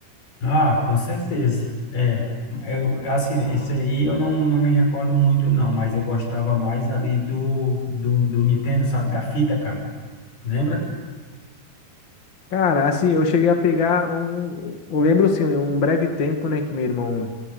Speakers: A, on the left; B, on the left.
A: Ah, com certeza. É, eu, assim, esse aí eu não, não me recordo muito, não, mas eu gostava mais ali do, do, do Nintendo, sabe? Da fita, cara. Lembra?
B: Cara, assim, eu cheguei a pegar um. Eu lembro assim, um breve tempo, né, que meu irmão